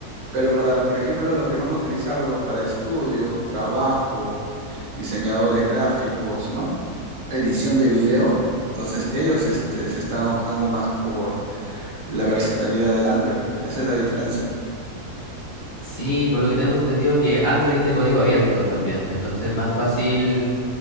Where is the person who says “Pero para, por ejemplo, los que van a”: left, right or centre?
Right